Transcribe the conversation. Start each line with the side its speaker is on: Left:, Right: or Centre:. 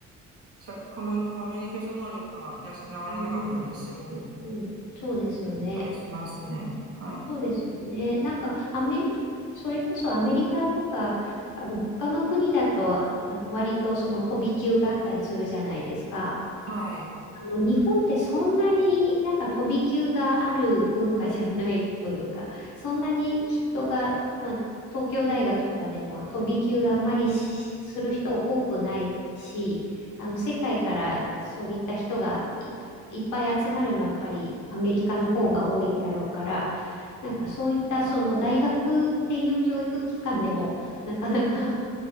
Right: 社コミュ、コミュニケーション能力が養われなかったりする、
Left: うん。うん。そうですよね。
Right: たりしますね。はい。
Left: そうですよね。なんかアメリ、とそれこそアメリカとか、あの他の国だと、あの割とその飛び級があったりするじゃないですか。
Right: はい。
Left: あの、日本ってそんなになんか飛び級がある文化じゃないというか、<laughs> そんなに人が、まあ、東京大学とかでも飛び級があんまりしする人多くないし、あの、世界からそういった人がい、いっぱい集まるのはやっぱりアメリカの方が多いだろうから、なんかそういったその大学っていう教育機関でもなかなか